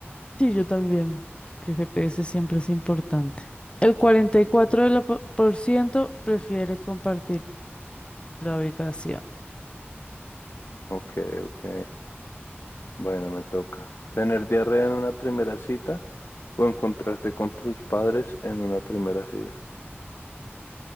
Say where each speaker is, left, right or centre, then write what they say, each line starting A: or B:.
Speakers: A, on the left; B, on the left.
A: Sí, yo también, porque el GPS siempre es importante. El cuarenta y cuatro de la po- por ciento prefiere compartir la ubicación.
B: Ok, ok. Bueno, me toca. ¿Tener diarrea en una primera cita o encontrarte con tus padres en una primera cita?